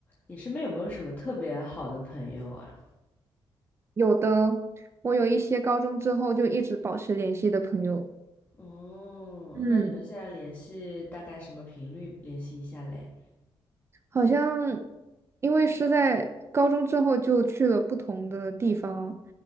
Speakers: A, on the left; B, on the right.
A: 你身边有没有什么特别好的朋友啊？
B: 有的，我有一些高中之后就一直保持联系的朋友，
A: 哦，
B: 嗯，
A: 那你们现在联系大概什么频率联系一下嘞？
B: 好像因为是在高中之后就去了不同的地方，